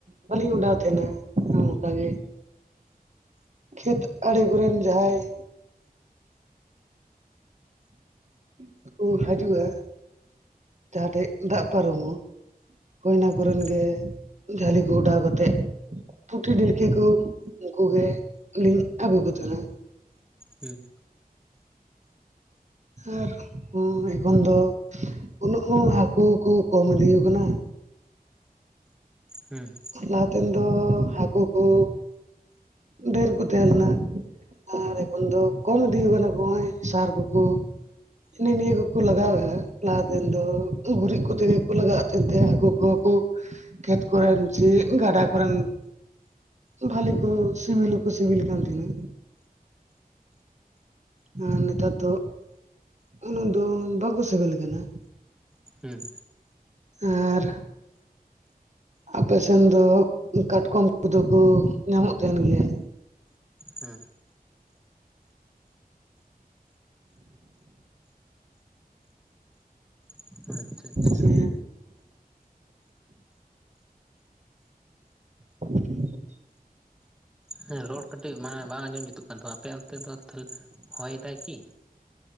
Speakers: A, on the right; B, in the centre.
A: ᱵᱟᱹᱞᱤᱧ ᱚᱰᱟᱣ ᱛᱟᱦᱮᱱᱟ ᱚᱱᱠᱟ ᱜᱮ᱾ ᱠᱷᱮᱛ ᱟᱲᱮ ᱠᱚᱨᱮᱱ ᱡᱟᱦᱟᱸᱭ ᱪᱮᱫ ᱠᱚ ᱦᱟᱡᱩᱜᱼᱟ? ᱡᱟᱦᱟᱸᱴᱷᱮᱡ ᱫᱟᱜ ᱯᱟᱨᱚᱢᱚᱜ-ᱟ ᱦᱳᱭ ᱚᱱᱟ ᱠᱚᱨᱮᱱ
B: ᱦᱮᱸ
A: ᱜᱮ ᱡᱷᱟᱹᱞᱤ ᱠᱚ ᱚᱰᱟᱣ ᱠᱟᱛᱮᱫ ᱯᱩᱴᱷᱤ ᱰᱟᱹᱲᱠᱟᱹ ᱠᱚ ᱩᱱᱠᱩ ᱜᱮ ᱞᱤᱧ ᱟᱹᱜᱩ ᱠᱚ ᱛᱟᱦᱮᱱᱟ
B: ᱦᱩᱸ᱾
A: ᱟᱨ ᱩᱸ ᱮᱠᱷᱚᱱ ᱫᱚ ᱩᱱᱟᱹᱜ ᱦᱚᱸ ᱦᱟᱹᱠᱩ ᱠᱚ ᱠᱚᱢ ᱤᱫᱤ ᱠᱟᱱᱟ᱾
B: ᱦᱮᱸ᱾
A: ᱞᱟᱦᱟᱛᱮᱱ ᱫᱚ ᱦᱟᱹᱠᱩ ᱠᱚ ᱰᱷᱮᱨ ᱠᱚ ᱛᱟᱦᱮᱸ ᱞᱮᱱᱟ᱾ ᱟᱨ ᱮᱠᱷᱚᱱ ᱫᱚ ᱠᱚᱢ ᱤᱫᱤᱣ ᱠᱟᱱᱟ ᱠᱚ ᱦᱮᱸ ᱥᱟᱨ ᱠᱚᱠᱚ ᱦᱤᱱᱟ ᱱᱤᱭᱟᱹ ᱠᱚᱠᱚ ᱞᱟᱜᱟᱣᱮᱜᱼᱟ ᱞᱟᱦᱟᱛᱮᱱ ᱫᱚ, ᱜᱩᱨᱤᱡ ᱠᱚᱛᱮ ᱜᱮᱠᱚ ᱞᱟᱜᱟᱣᱮᱫ ᱛᱟᱦᱮᱸᱛᱮ ᱦᱟᱹᱠᱩ ᱠᱚ ᱠᱚ ᱠᱷᱮᱛ ᱠᱚᱨᱮᱱ ᱥᱮ ᱜᱟᱰᱟ ᱠᱚᱨᱮᱱ ᱵᱷᱟᱞᱤ ᱠᱚ ᱥᱤᱵᱤᱞ ᱦᱚᱸᱠᱚ ᱥᱤᱵᱤᱞ ᱠᱟᱱ ᱛᱟᱦᱮᱱᱟ᱾ ᱟᱨ ᱱᱮᱛᱟᱨ ᱫᱚ ᱩᱱᱟᱹᱜ ᱫᱚ ᱵᱟᱠᱚ ᱥᱤᱵᱤᱞ ᱠᱟᱱᱟ᱾
B: ᱦᱮᱸ
A: ᱟᱨ ᱟᱯᱮ ᱥᱮᱱ ᱫᱚ ᱠᱟᱴᱠᱚᱢ ᱠᱚᱫᱚ ᱠᱚ ᱧᱟᱢᱚᱜ ᱛᱟᱦᱮᱱ ᱜᱮᱭᱟ?
B: ᱦᱮᱸ᱾ ᱦᱮᱸ ᱟᱪᱪᱷᱟ ᱟᱪᱪᱷᱟ
A: ᱥᱮ <inaudible>
B: ᱦᱮᱸ ᱨᱚᱲ ᱠᱟᱹᱴᱤᱡ ᱢᱟᱱᱮ ᱵᱟᱝ ᱟᱸᱡᱚᱢ ᱡᱩᱛᱩᱜ ᱠᱟᱱ ᱛᱟᱢᱟ ᱟᱯᱮ ᱚᱱᱛᱮ ᱫᱚ ᱛᱟᱦᱚᱞᱮ ᱦᱚᱭ ᱫᱟᱭ ᱠᱤ?